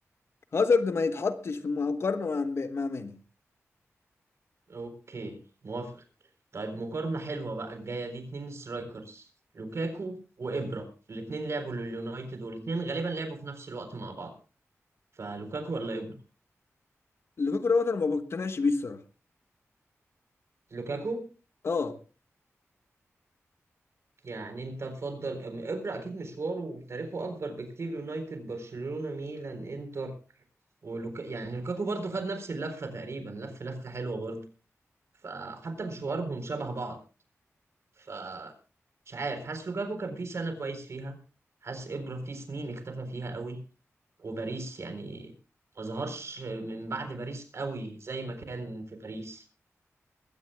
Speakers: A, on the left; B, on the right.
A: هازارد ما يتحطش في المقارنه مع مب- مع ماني
B: اوكي موافق طيب مقارنة حلوة بقى الجاية دي اتنين سترايكرز لوكاكو وإبرا الاتنين لعبوا لليونايتد والاتنين غالبا لعبوا في نفس الوقت مع بعض فلوكاكو ولا إبرا
A: لوكاكو دوت انا ما بقتنعش بيه الصراحه
B: لوكاكو
A: اه
B: يعني انت تفضل أم- إبرا اكيد مشواره وتاريخه اكبر بكتير يونايتد برشلونة ميلان انتر ولوكا يعني لوكاكو برضو خد نفس اللفة تقريبا لف لفة حلوة برضو فحتى مشوارهم شبه بعض فمش عارف حاسس لوكاكو كان فيه سنة كويس فيها حاسس إبرا فيه سنين اختفى فيها قوي وباريس يعني ما ظهرش من بعد باريس قوي زي ما كان في باريس